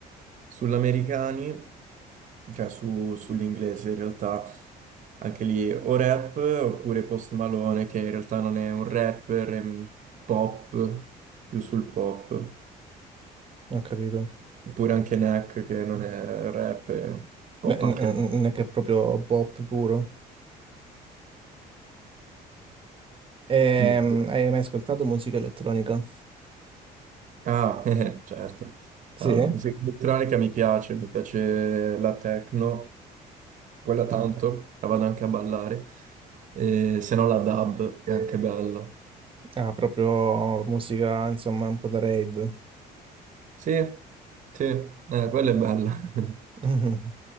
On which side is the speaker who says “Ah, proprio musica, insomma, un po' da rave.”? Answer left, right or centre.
Right